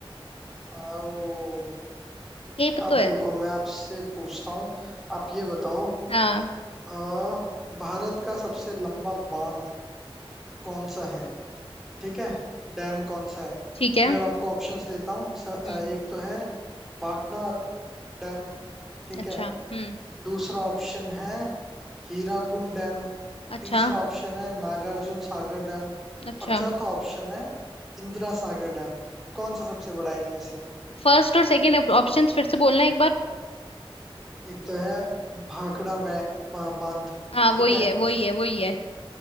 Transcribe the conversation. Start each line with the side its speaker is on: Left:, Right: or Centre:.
Centre: आओ
Left: ये
Centre: अब
Left: तो है
Centre: रुको मैं आपसे पूछता हूँ आप ये बताओ
Left: हाँ
Centre: अ, भारत का सबसे लंबा बांध कौन सा है ठीक है डैम कौन सा है
Left: ठीक है
Centre: मैं अब आपको ऑप्शंस देता हूँ स- अ,
Left: हम्म
Centre: एक तो है भाखड़ा डैम ठीक
Left: अच्छा
Centre: है
Left: हम्म
Centre: दूसरा ऑप्शन है हीराकुंड डैम
Left: अच्छा
Centre: तीसरा ऑप्शन है नागार्जुन सागर डैम
Left: अच्छा
Centre: और चौथा ऑप्शन है इंदिरा सागर डैम कौन सा सबसे बड़ा है इनमें से
Left: फर्स्ट और सेकंड ऑप्शंस फिर से बोलना एक बार
Centre: एक तो है भाखड़ा बै- बा- बांध
Left: हाँ वही
Centre: ठीक है
Left: है वही है वही है